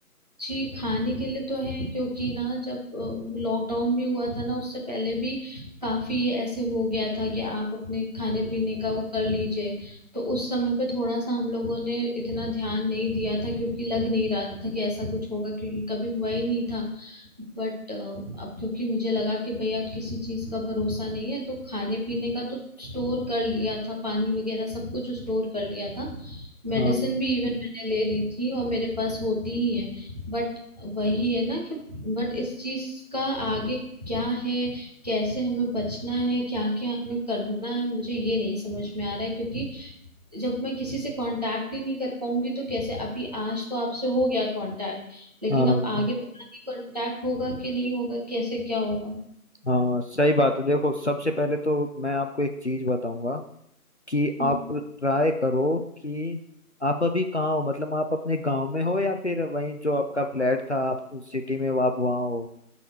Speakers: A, on the right; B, on the left.
A: जी खाने के लिए तो है क्योंकि ना जब लॉकडाउन भी हुआ था ना उससे पहले भी काफी ये ऐसे हो गया था कि आप अपने खाने पीने का वो कर लीजिए तो उस समय पे थोड़ा सा हम लोगों ने इतना ध्यान नहीं दिया था क्योंकि लग नहीं रहा था कि ऐसा कुछ होगा क्योंकि कभी हुआ ही नहीं था बट अब क्योंकि मुझे लगा कि भैया किसी चीज का भरोसा नहीं है तो खाने पीने का तो स्टोर कर लिया था पानी वगैरह सब कुछ स्टोर कर लिया था मेडिसिन
B: हाँ
A: भी इवन मैंने ले ली थी और मेरे पास होती ही है बट वही है ना कि बट इस चीज का आगे क्या है कैसे हमें बचना है क्या क्या हमें करना है मुझे ये नहीं समझ में आ रहा है क्योंकि जब मैं किसी से कांटेक्ट ही नहीं कर पाऊंगी तो कैसे अभी आज तो आपसे हो गया कांटेक्ट लेकिन
B: हाँ
A: अब आगे पता नहीं कांटेक्ट होगा कि नहीं होगा कैसे क्या होगा
B: हाँ सही बात है देखो सबसे पहले तो मैं आपको एक चीज बताऊंगा कि
A: हम्म,
B: आप ट्राई करो कि आप अभी कहाँ हो मतलब आप अपने गांव में हो या फिर वहीं जो आपका फ्लैट था आप उस सिटी में आप वहाँ हो